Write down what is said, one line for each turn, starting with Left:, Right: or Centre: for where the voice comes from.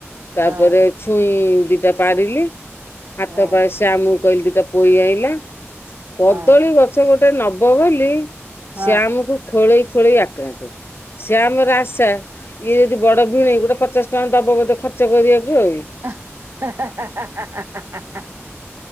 Left: ତାପରେ
Right: ହଁ
Left: ଛୁଇଁ ଦିଟା ପାରିଲି ହାତ
Right: ହଁ
Left: ପା ଶ୍ୟାମକୁ କହିଲି ଦିଟା ପୋଇ ଆଇଁଲା। କଦଳୀ
Right: ହଁ
Left: ଗଛ ଗୋଟେ ନବ ବୋଲି
Right: ହଁ
Left: ଶ୍ୟାମ କୁ ଖୋଳେଇ ଖୋଳେଇ ଆକ୍ରାନ୍ତ ଶ୍ୟାମ ରାସ ଇଏ ଯଦି ବଡ ଭିଣେଇ ଗୋଟେ ପଚାଶ ଟଙ୍କା ଦବ ବୋଧେ ଖର୍ଚ କରିବାକୁ ଆଉ।
Right: <unintelligible>